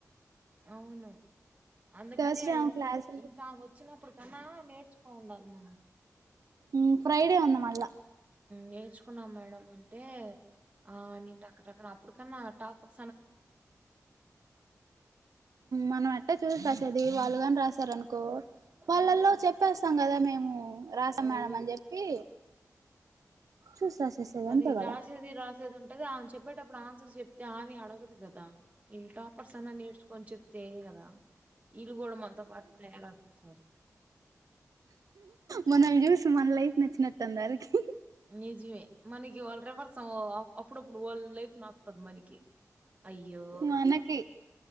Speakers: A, on the right; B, on the right.
A: అవును అందుకనే
B: థర్స్డే ఆమె క్లాస్
A: ఇంకా వచ్చినప్పుడు కన్నా నేర్చుకో ఉండాలి ఉ
B: ఉ ఫ్రైడే ఉంది మళ్ళ
A: నేర్చుకున్నాం మేడం అంటే ఆ నేక్కక్కన అప్పటికన్నా టాపర్
B: మనం ఎట్ట చూసి పట్టది వాళ్ళుగాని రాసారు అనుకో
A: ఆ,
B: వాళ్ళల్లో చెప్పేస్తాం కదా మేము రాసాం
A: అది
B: మేడమ్ అని చెప్పి చూసి రాసేసేది
A: అది
B: అంతే కదా
A: రాసేది రాసేది ఉం అంటది ఆయ చెప్పేటప్పుడు ఆన్సర్స్ చెప్తే ఆమె అడగదు కదా ఇళ్లు టాపర్స్ అన్నా నేర్చుకొని చెప్తే కదా ఇళ్ళు కూడా మనతో పాటు తయారవుతున్నారు
B: మనల్ని చూసి మనలైఫ్ నచ్చినట్టుందానికి
A: నిజమే మనకి వాళ్ళ రివర్స్ అప్పుడప్పుడు వాళ్ళ లైఫ్ నాస్తాధి మనకి అయ్యో
B: మనకి